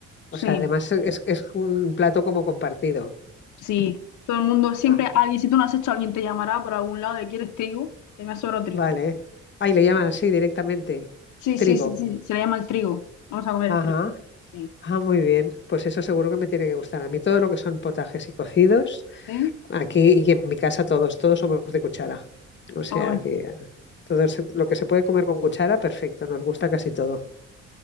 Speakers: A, on the left; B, on the left.
A: O
B: Sí,
A: sea, además es, es un plato como compartido.
B: sí. Todo el mundo, siempre
A: Ajá,
B: alguien, si tú no has hecho, alguien te llamará por algún lado de ¿quieres trigo? Que me ha sobrado trigo.
A: vale. Ahí le llaman así directamente.
B: Sí,
A: Trigo.
B: sí, sí, sí. Se le llama el trigo. Vamos a comer
A: Ajá.
B: el trigo. Sí.
A: Ah, muy bien. Pues eso seguro que me tiene que gustar. A mí todo lo que son potajes y cocidos.
B: ¿Sí?
A: Aquí y en mi casa todos, todos somos de cuchara. O sea
B: O bueno,
A: que todo se- lo que se puede comer con cuchara, perfecto, nos gusta casi todo.